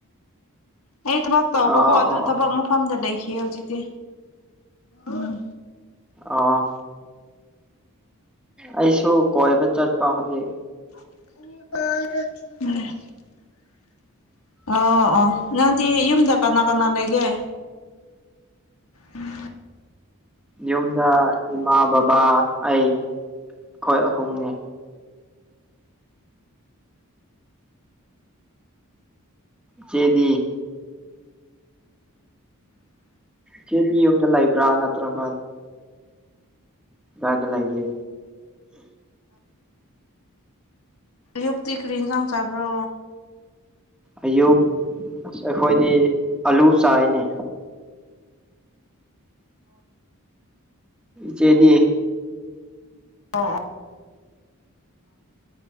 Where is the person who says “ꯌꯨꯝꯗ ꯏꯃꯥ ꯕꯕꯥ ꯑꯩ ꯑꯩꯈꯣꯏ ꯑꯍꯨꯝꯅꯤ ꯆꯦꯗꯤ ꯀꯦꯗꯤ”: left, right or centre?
Centre